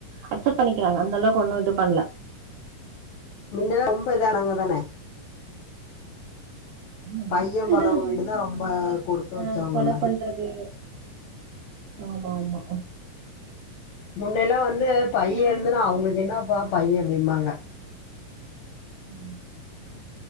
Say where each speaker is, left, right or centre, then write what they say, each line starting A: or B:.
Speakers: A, on the right; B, on the left.
A: அக்செப்ட் பண்ணிக்கிறாங்க அந்த அளவுக்கு ஒன்னு இது பண்ல
B: முன்னல்ல ரொம்ப இதா ஆனாங்க தானே
A: ஆ முன்னாடி
B: பையன் போனவங்க
A: தா பொண்ணுங்கல
B: வீடு தான் ரொம்ப
A: வந்த
B: கொடுத்து வச்சவங்க
A: கொல
B: மாதிரி
A: பண்றது ஆமா ஆமா
B: முன்ன எல்லா வந்து
A: இப்ப
B: பையே
A: யாருமே
B: இருந்துன்னா
A: இருக்க
B: அவுங்களுக்கு
A: மாட்டாங்க.
B: என்னப்பா பைய அப்டிம்பாங்க
A: ம்